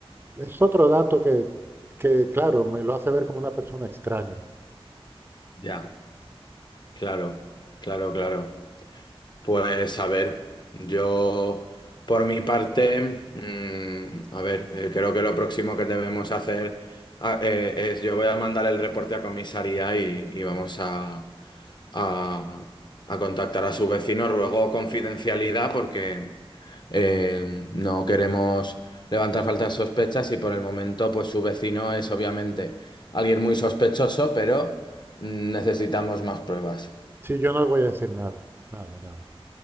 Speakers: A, on the right; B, on the left.
A: Es otro dato que, que, claro, me lo hace ver como una persona extraña.
B: Ya, claro, claro, claro. Pues a ver, yo por mi parte, mm, a ver, eh, creo que lo próximo que debemos hacer ah, eh, es yo voy a mandar el reporte a comisaría y, y vamos a, a- a contactar a sus vecinos. Ruego confidencialidad porque eh, no queremos levantar faltas sospechas y por el momento pues su vecino es obviamente alguien muy sospechoso, pero mm, necesitamos más pruebas.
A: Sí, yo no voy a decir nada, nada, nada.